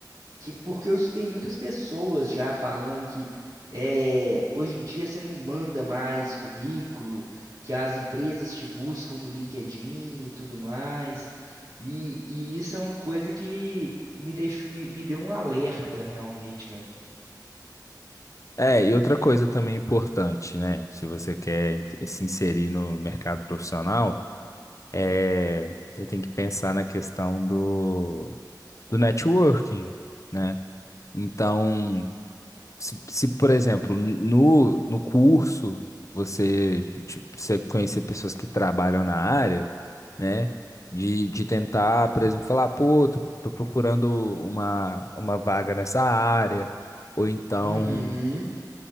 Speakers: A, on the right; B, on the left.
A: que porque eu escutei muitas pessoas já falando que é, hoje em dia você não manda mais currículo, que as empresas te buscam no LinkedIn e tudo mais. E, e isso é uma coisa que me deixou, me, me deu um alerta realmente, velho.
B: É, e outra coisa também importante, né? Se você quer ent- se inserir no mercado profissional, é, você tem que pensar na questão do, do networking, né? Então, Se, se, por exemplo, no, no curso você, tipo, você conhecer pessoas que trabalham na área, né? De, de tentar, por exemplo, falar, pô, tô, tô procurando uma, uma vaga nessa área, ou então,
A: Uhum.